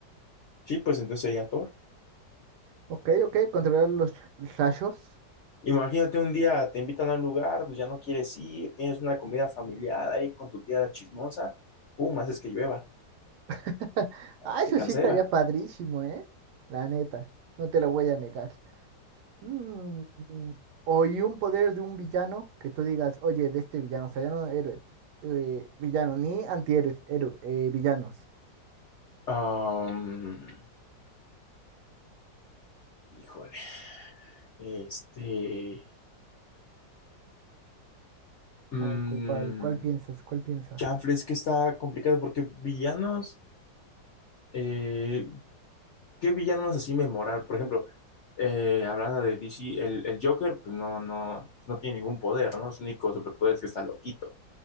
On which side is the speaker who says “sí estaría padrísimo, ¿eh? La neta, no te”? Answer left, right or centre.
Right